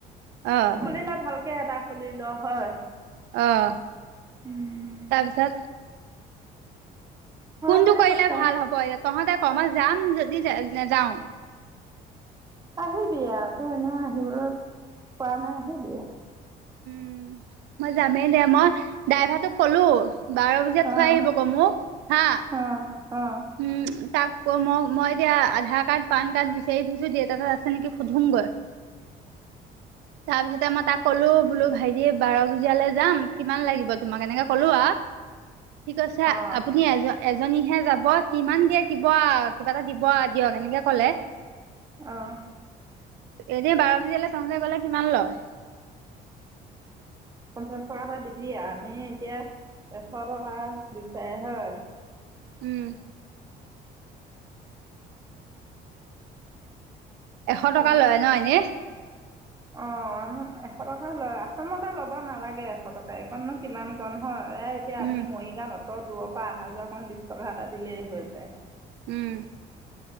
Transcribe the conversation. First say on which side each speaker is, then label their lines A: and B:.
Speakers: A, on the right; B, on the right.
A: অ',
B: খুলিলে ভালকে এটা খুলিল হয়।
A: অ',
B: উম,
A: তাৰপিছত
B: হয়
A: কোনটো
B: বুলি
A: কৰিলে
B: কৈছে
A: ভাল হ'ব এ, তহঁতে কবা যাম যদি নাযাও।
B: আহিবি আ, এনেও আহিবলৈ পোৱা নাই আহিবি আ,
A: উম', মই যামেই দে মই ড্ৰাইভাৰটোক কলো। বাৰবোজিয়াত
B: অঁ
A: থৈ আহিব ক মোক হা।
B: অ', অ',
A: উম তাক ক মই-মই এতিয়া আধাৰ কাৰ্ড পান কাৰ্ড বিচাৰি ফুছো দেত এাত আছে নেকি সুধোং গৈ তাৰ পিছতে মই তাক ক'লো বোলো ভাইটি বাৰ বজিয়ালৈ যাম কিমান লাগিব তোমাক? এনেকে কলো আৰু
B: <inaudible>
A: ঠিক আছে।
B: অ',
A: আপুনি আজ এজনীহে যাব কিমান দিয়ে দিব আ কিবা এটা দিব আ দিয়ক এনেকে কলে
B: অ',
A: এনে বাৰ বজালৈ তহতে গলে কিমান লয়?
B: পঞ্চাছ টকা এটা দিবি। আমি এতিয়া এশ টকা দিচাৰ হয়।
A: উম', এশ
B: ত'
A: টকা লয় ন এনেই।
B: অ', এশ টকা লয়। আচামতে ল'ব নালাগে এশ টকা এইকণনো কিমান কন হয়। এতিয়া
A: উম
B: আমি মৰিগাঁত অঁত দূৰৰ পৰা আহা যোৱা কম বিশ টকা এটা দিলেই হৈ যায়।
A: উম',